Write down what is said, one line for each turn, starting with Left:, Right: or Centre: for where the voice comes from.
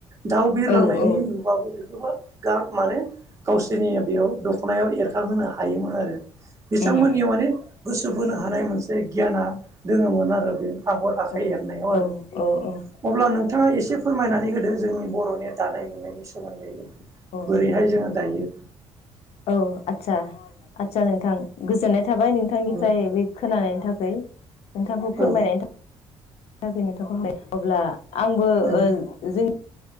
Right: दाउ बिरलांनायनि
Left: औ औ
Right: <unintelligible> नुबाबो बेखौबो गाब माने गावसोरनि बेयाव दखना दखनायाव एरखांहोनो हायोमोन आरो बिथांमोननियाव
Left: उम
Right: माने गोसो बोनो हानाय मोनसे गियाना दोङोमोन आरो बे आगर आखाइ
Left: उम औ
Right: एरनायाव आरो
Left: औ औ अ
Right: अब्ला नोंथाङा एसे फोरमायनानै होदो जोंनि बर'नि दानाय लुनायनि सोमोन्दै
Left: औ
Right: बोरैहाय जोङो दायो
Left: औ आदसा आदसा नोंथां गोजोननाय थाबाय नों नोंथांनिफ्राय
Right: औ
Left: बे खोनानायनि थाखाय नोंथांखौ
Right: औ
Left: फोरमायनायनि थाखाय गोजोनि थाबाय <unintelligible> अब्ला आंबो
Right: औ
Left: जों